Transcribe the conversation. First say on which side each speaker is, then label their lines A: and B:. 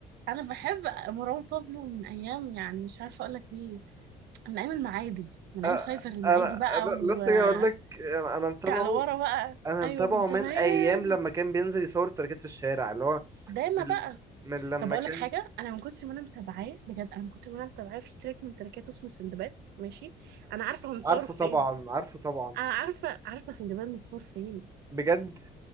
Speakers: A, on the right; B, on the right.
A: انا بحب مروان بابلو من ايام يعني مش عارفة اقول لك ايه من ايام المعادي من
B: آه،
A: ايام سايفر المعادي
B: انا
A: بقى
B: انا
A: وارجع
B: لسه جاي اقول لك انا أنا متابعه
A: لورا بقى
B: انا
A: ايوه
B: متابعه
A: من زمان
B: من ايام لما كان بينزل يصور تركات في الشارع اللي هو
A: دايما
B: من,
A: بقى
B: من لما
A: طب اقول
B: كان
A: لك حاجه انا من كنت ما انا متابعاه بجد انا من كنت ما انا متابعاه في تراك من تراكاته اسمه سندباد ماشي انا عارفه هو متصور
B: عارفه
A: فين
B: طبعا عارفه طبعا
A: انا عارفه عارفه سندباد متصور فين
B: بجد